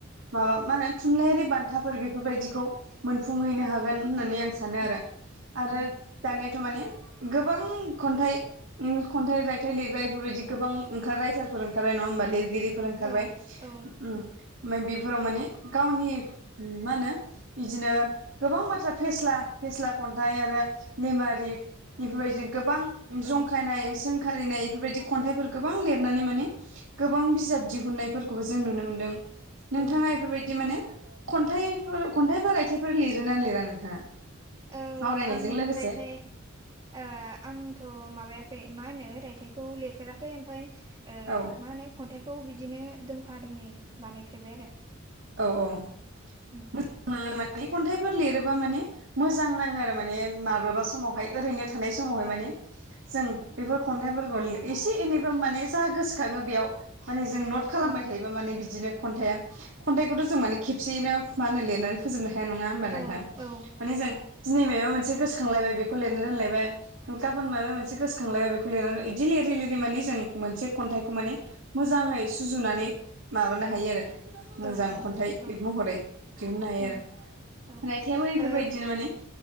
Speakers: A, on the right; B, on the right.
A: माबा मा होनो थुनलाइयारि बान्थाफोर बेफोरबायदिखौ मोनफुंहैनो
B: औ
A: हागोन होननानै
B: औ
A: आं सानो आरो आरो
B: औ
A: दानियाथ' माने गोबां खन्थाइ खन्थाइ रायथाइ लिरग्रा बेफोरबायदि गोबां ओंखार रायथारफोर ओंखारबाय नङा होमबािर गिरिफोर ओंखारबाय
B: औ
A: ओमफ्राय बेफोराव माने गावनि मा होनो बिदिनो गोबां बाथ्रा फेस्ला फेस्ला खन्थाइ आरो लिमारिक बेफोरबायदि गोबां जंखायनाय
B: औ
A: सोंखारिनाय बेफोरबायदि खन्थाइफोर गोबां लिरनानै माने गोबां बिजाब दिहुननायफोरखौबो जों नुनो मोनदों
B: औ
A: नोंथाङा बेफोरबायदि माने खन्थाइफोर खन्थाइ बा रायथाइफोर लिरोना लिरा नोंथाङा?
B: औ
A: आवरायनायजों
B: आं
A: लोगोसे
B: रायथाइ आंथ' माबायाखै मा होनो रायथाइखौ लिरफेराखै ओमफ्राय
A: औ
B: मा होनो खन्थाइखौ बिदिनो दोंफा दोङै बानायफेरबाय आरो।
A: औ औ।
B: उम
A: मोजां नाङो माने खन्थाइफोर लिरोबा माने मोजां नाङो आरो माने माब्लाबा समावहाय ओरैनो थानाय समावहाय
B: ओ औ
A: माने जों बेफोर खन्थाइफोरखौ एसे एनैब माने जा गोसोखाङो बेयाव माने जों नट खालामबाय
B: उम
A: थायोबा माने बिदिनो खन्थाइआ खन्थाइखौथ' जों माने खेबसेयैनो मा होनो लिरनानै फोजोबनो हाया नङा होनबा नोंथां
B: औ औ
A: माने जों
B: औ
A: दिनै माबा मोनसे गोसोखांलायबाय बेखौ खौ लिरनो रोनलायबाय गाबोन माबा मोनसे गोसोखांलायबाय बेखौ लिरनानै बिदि लिरै लिरै माने जों मोनसे खन्थाइखौ माने मोजाङै सुजुनानै माबानो हायो आरो मोजां
B: औ
A: खन्थाइ
B: औ
A: एब महरै दिहुननो हायो
B: उम
A: आरो
B: औ
A: रायथाइाबो बेफोरबायदिनो
B: ओ
A: माने